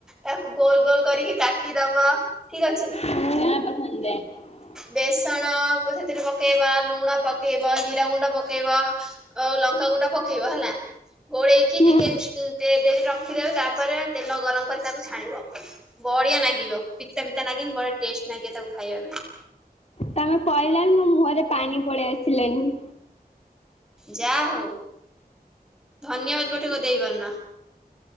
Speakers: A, in the centre; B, on the left (about 40°).
A: ତାକୁ ଗୋଲ ଗୋଲ କରି କାଟିଦବା ଠିକ ଅଛି।
B: <inaudible>
A: ବେସଣ ପ ସେଥିରେ ପକେଇବା ଲୁଣ ପକେଇ ବା ଜିରା ଗୁଣ୍ଡ ପକେଇବା ଆଉ ଲଙ୍କାଗୁଣ୍ଡ ପକେଇବା ହେଲା। ଗୋଡେଇକି
B: ହୁଁ
A: ଟିକେ ଇସ୍ କ ଡେ ଡେଲି ଡ୍ରଙ୍କ୍ ଖିଦେବେ। ତାପରେ ତେଲ ଗରମ କରି ତାକୁ ଛାଣିବ। ବଢିଆ ନାଗିବ ପିତା ଫିତା ନାଗିନି ବଢିଆ ଟେଷ୍ଟ୍। ନାଇଁ କିଏ ତାକୁ ଖାଇବା ପାଇଁ।
B: ତମେ କହିଲଣି ମୋ ମୁହଁରେ ପାଣି ପଳେଇ ଆସିଲାଣିି।
A: ଯା ହଉ ଧନ୍ୟବାଦ ଗୋଟିକ ଦେଇପାରୁନ।